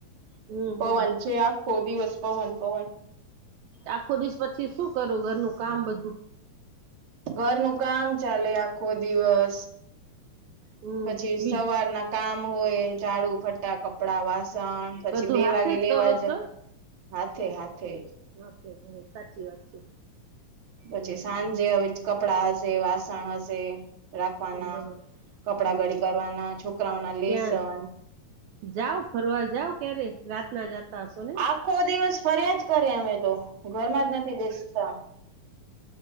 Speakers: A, on the right; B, on the right.
A: હમ
B: પવન
A: હમ
B: છે. આખો દિવસ પવન પવન.
A: આખો દિવસ પછી શું કરું ઘરનું કામ બધું?
B: ઘરનું કામ ચાલે આખો દિવસ.
A: હમ
B: પછી
A: બી
B: સવારના કામ હોય. ઝાડું ફટ ફટા, કપડાં, વાસણ પછી
A: બધું
B: બે
A: હાથે
B: વાગે લેવા
A: કરો
B: જ
A: છો
B: હાથે હાથે.
A: ઓકે ભલે સાચી વાત છે.
B: પછી
A: હમ
B: સાંજે
A: હમ
B: હવે કપડાં હશે, વાસણ હશે. રાખવાના,
A: બરોબર
B: કપડા
A: હમ
B: ગડી કરવાના, છોકરાઓના લેસન.
A: ક્યાં જાવ ફરવા જાવ ક્યારે. રાતના જાતા હસો ને?
B: આખો દિવસ ફર્યા જ કરે અમે તો. ઘરમાં જ નથી બેસતા.